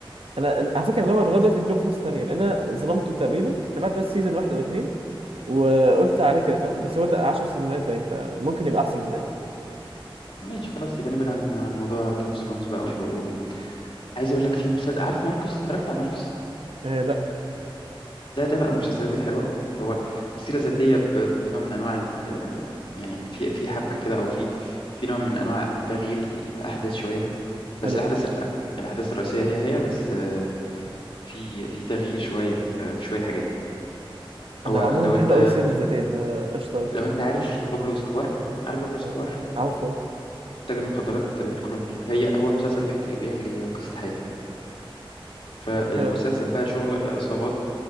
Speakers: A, on the right; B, on the left.
A: انا أنا- على فكره انا ناوي لغايه دلوقتي اديله فرصه ثانيه لان انا ظلمته تقريبا تابعت بس سيزون واحد او اتنين وقلت عليه كده فاهم بس هو 10 سيزونات باين فممكن يبقى احسن قدام
B: ماشي خلاص يبقى نبعد عن عن موضوع جيم اوف ثرونز بقى ووكينج ديد عايز اقول لك في مسلسل عارف ناركوس اتفرجت على ناركوس
A: آه لا
B: ده ده بقى من المسلسلات الحلوه هو سيره ذاتيه ب- بنوع من انواع ال- يعني في في حبكه كده او في في نوع من انواع تغيير الاحداث شويه بس
A: حلو
B: الاحداث
A: قوي
B: لا الاحداث الرئيسيه هي هي بس آه، في في تغيير شويه في في شويه حاجات
A: انا
B: هو
A: عموما
B: لو
A: بحب
B: انت
A: قوي السير الذاتيه فقشطه
B: لو انت عارف بابلو اسكوبار عارف بابلو اسكوبار
A: آه، عفوا
B: تاجر مخدرات الكولومبي هي هو المسلسل بيحكي بيحكي قصه حياته فالمسلسل
A: حلو قوي
B: بقى شغل عصابات